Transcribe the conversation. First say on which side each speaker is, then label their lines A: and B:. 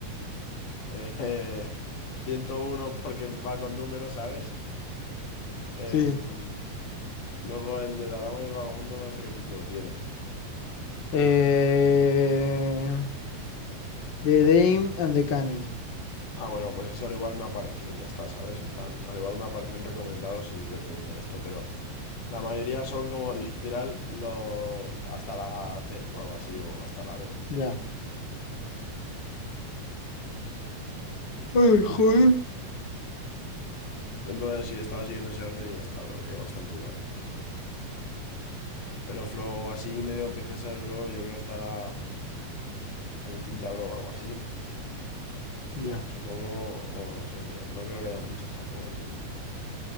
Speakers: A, on the left (about 75°); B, on the left (about 40°).
A: eh, <laughs> 101 porque va con números, ¿sabes? Em,
B: Sí.
A: luego el de la dama y el vagabundo, no sé qué título tiene.
B: Eh... The Dame and the Canny.
A: Ah, bueno, pues ese al igual me apareció y ya está, ¿sabes? En plan, al igual me apareció en recomendados y vi que tenía esto, pero la mayoría son como <laughs> literal lo... hasta la C o algo así, o hasta la B.
B: Ya. Ay, joder.
A: Entonces sí, estaba siguiendo ese orden y ya está, bro, me dio bastante igual. Pero Flow así medio princesas, bro, yo creo que estará Cenicienta, bro, o algo así.
B: Ya,
A: Supongo, o no sé, tío. No creo que haya muchas tampoco en,